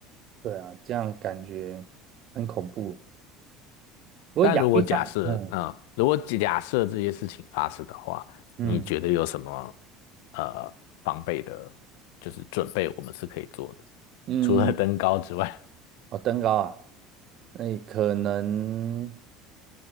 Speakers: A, on the right; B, on the left.
A: 对啊，这样感觉很恐怖。不过亚历山，
B: 但如果假设，
A: 嗯
B: 嗯，如果假设这些事情发生的话，
A: 嗯
B: 你觉得有什么呃防备的，就是准备我们是可以做的，<laughs>
A: 嗯，
B: 除了登高之外，
A: 哦，登高啊，那可能